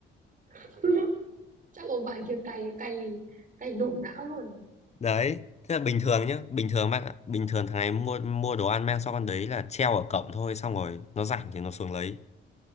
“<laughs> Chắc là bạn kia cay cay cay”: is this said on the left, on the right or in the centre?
Right